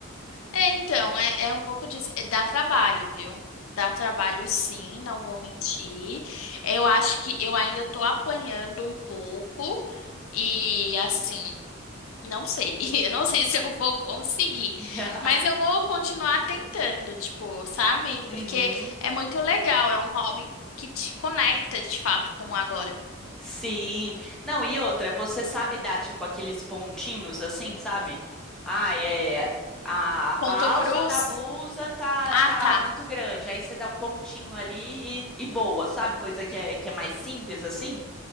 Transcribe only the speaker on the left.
É, então, é, é um pouco disso. É, Dá trabalho, viu? Dá trabalho, sim, não vou mentir. Eu acho que eu ainda tô apanhando um pouco. E assim. Não sei, <laughs> eu não sei se eu vou conseguir,
mas eu vou continuar tentando, tipo, sabe?
Porque é muito legal, é um hobby que te conecta de fato com o agora.
Ponto
cruz?
Ah,
tá.